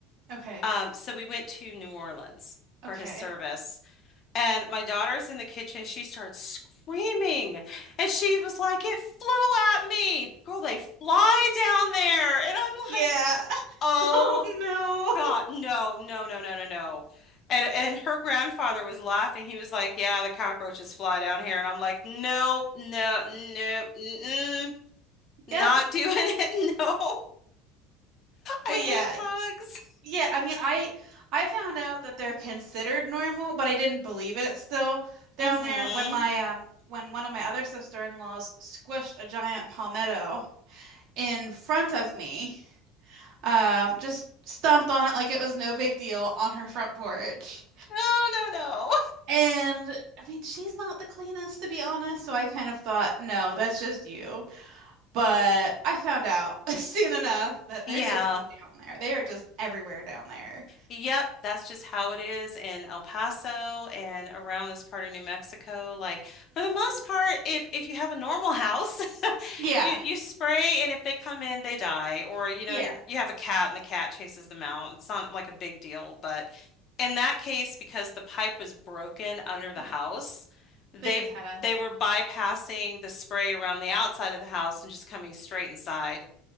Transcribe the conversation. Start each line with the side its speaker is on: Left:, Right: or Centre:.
Right: Okay.
Left: Um, so we went to New Orleans
Right: Okay.
Left: for his service, and my daughter's in the kitchen. She starts screaming, and she was like, "It flew at me, girl! They fly down there!" And I'm
Right: Yeah.
Left: like,
Right: <laughs>
Left: "Oh
Right: Oh no.
Left: God, no, no, no, no, no, no!" And and her grandfather was laughing. He was like, "Yeah, the cockroaches fly down here," and I'm like, "Nope, no, no, mm-mm, not
Right: Yep.
Left: doing it. <laughs> No, I
Right: Well, yeah.
Left: hate bugs."
Right: Yeah, I mean, I I found out that they're considered normal, but I didn't believe it still down
Left: hmm
Right: there when my um when one of my other sister-in-laws squished a giant palmetto in front of me. Um, just stomped on it like it was no big deal on her front porch.
Left: No, no, no.
Right: And I mean, she's not the cleanest to be honest, so I kind of thought, no, that's just you. But I found out <laughs> soon enough that
Left: Yeah.
Right: they're just down there. They are just everywhere down there.
Left: Yep, that's just how it is in El Paso and around this part of New Mexico. Like for the most part, if if you have a normal house, <laughs>
Right: Yeah.
Left: you you spray and if they come in, they die. Or you know,
Right: Yeah.
Left: you you have a cat and the cat chases them out. It's not like a big deal, but in that case, because the pipe was broken under the
Right: Mm-hmm.
Left: house, they
Right: They just had a.
Left: they were bypassing the spray around the outside of the house and just coming straight inside.